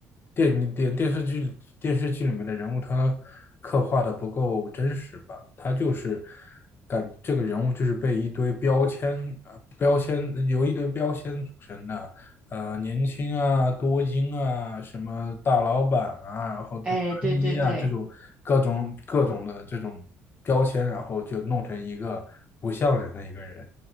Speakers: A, on the left; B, on the right.
A: 电影电电视剧电视剧里面的人物，他刻画的不够真实吧？他就是感这个人物就是被一堆标签，呃，标签由一堆标签组成的，呃，年轻啊，多金啊，什么大老板啊，然后大
B: 哎，对对对。
A: 一啊这种各种各种的这种标签，然后就弄成一个不像人的一个人。